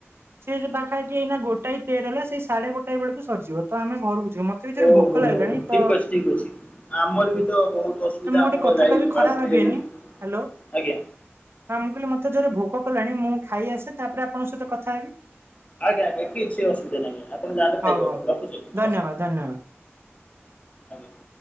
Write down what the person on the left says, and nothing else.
ଓହୋ?
ଠିକ ଅଛି, ଠିକ ଅଛି। ଆମର ବି ତ ବହୁତ ଅସୁବିଧା
ଆମର
ଯାଇ
କ୍ଲାସ୍
ବି
ହେଲାନି
ଆଜ୍ଞା
ଆଜ୍ଞା ଆଜ୍ଞା। କିଛି ଅସୁବିଧା ନାହିଁ। ଆପଣ ଯାଆନ୍ତୁ ଖାଇକି
ଆସନ୍ତୁ।
ରଖୁଛି ନମସ୍କାର।
ଆଜ୍ଞା।